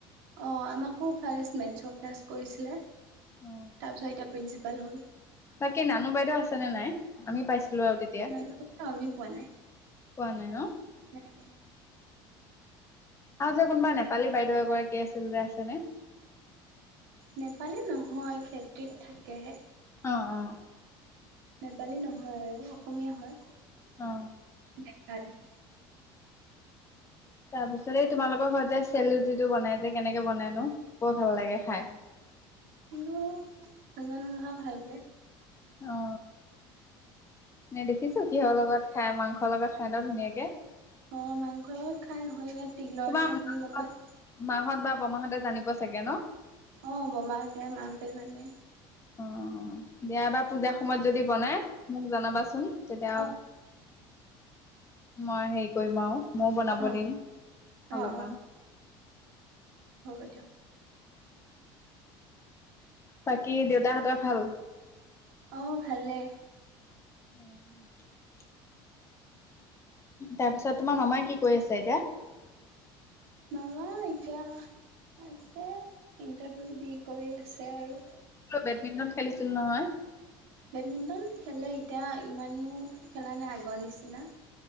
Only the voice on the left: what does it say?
অ
তাকে নানু বাইদেউ আছেনে নে নাই আমি পাইছিলোঁ আৰু তেত
পোৱা নাই ন?
আৰু যে কোনোবা নেপালী বাইদেউ এগৰাকী আছিল যে আছেনে?
অ', অ',
অ
তাৰ পিছতে এই তোমালোকৰ ঘৰত যে চেলুটিটো, বনাই যে কেনেকে বনাইনো বৰ ভাল লাগে খাই।
অ, নে দেখিছো কিহৰ লগত খাই মাংসৰ লগত খাই ন ধুনীয়াকে।
তোমাৰ
মাহত-মাহত
বা বমাহতে জানিব চাগে ন?
অ, দিয়া বা পূজাৰ সময়ত যদি বনাই মোক জনাবাচোন তেতিয়া
মই হেৰি কৰিম আও। মও বনাব
দিম
অলপমান।
বাকী দেউতাহঁতৰ ভাল?
অ', তাৰপিছত তোমাৰ মামাই কি কৰি আছে এতিয়া?
বেডমিণ্টন খেলিছিল নহয়?